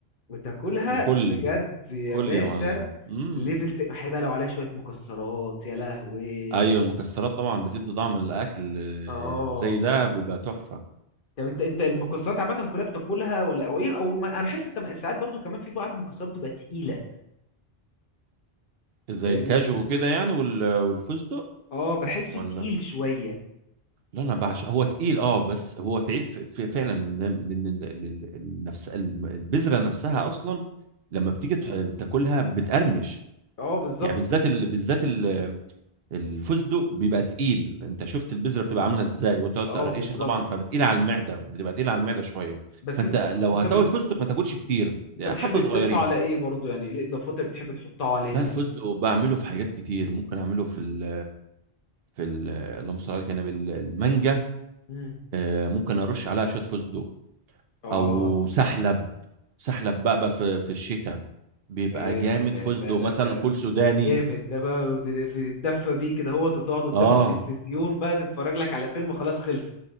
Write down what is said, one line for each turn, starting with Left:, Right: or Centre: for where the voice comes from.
Left: وتاكلها
Right: وكل
Left: بجد يا
Right: كل
Left: باشا
Right: يا معلم مم.
Left: ليفل ت... هيبقى لو عليها شويه مكسرات يا لهوي
Right: ايوه المكسرات طبعا بتدي طعم الاكل آه،
Left: اه
Right: زي ده بيبقى تحفه
Left: طب انت انت المكسرات عامه كلها بتاكلها ولا او ايه او ما... انا بحس انت ساعات برضو كمان في بعض المكسرات بتبقى تقيله
Right: زي
Left: فاهم
Right: الكاجو وكده يعني وال- والفستق
Left: اه بحسه
Right: ولا
Left: تقيل شويه
Right: لا انا بعشق هو تقيل اه بس هو تقيل ف- ف- فعلا لان لأن ال- ال- ال- النفس الم- البذره نفسها اصلا لما بتيجي تح- تاكلها بتقرمش
Left: اه بالظبط
Right: يعني بالذات ال... بالذات ال... الفستق بيبقى تقيل انت شفت البذره بتبقى عامله ازاي وتقعد
Left: اه
Right: تقرقشها
Left: بالظبط
Right: طبعا فبتقيله على المعده بتبقى تقيله على المعده شويه
Left: بس
Right: فانت
Left: انت
Right: لو
Left: انت
Right: هتاكل
Left: بت...
Right: فستق ما تاكلش كتير
Left: انت
Right: يعني
Left: بتحب
Right: حبه
Left: تضيفها
Right: صغيرين
Left: على ايه برضو يعني ايه الاضافات اللي بتحب تحطها عليها
Right: لا الفستق بعمله في حاجات كتير ممكن اعمله في ال في ال اللهم صل على النبي انا بالمانجا
Left: امم
Right: آه، ممكن ارش عليها شويه فستق
Left: اه
Right: او سحلب سحلب بقى, بقى في في الشتاء بيبقى
Left: ده جامد
Right: جامد
Left: ده
Right: فستق
Left: ده ده
Right: مثلا
Left: ده
Right: فول سوداني
Left: جامد ده بقى ود- في- تدفى بيه كده هو تقعد قدام
Right: اه
Left: التلفزيون بقى تتفرج لك على فيلم خلاص خلصت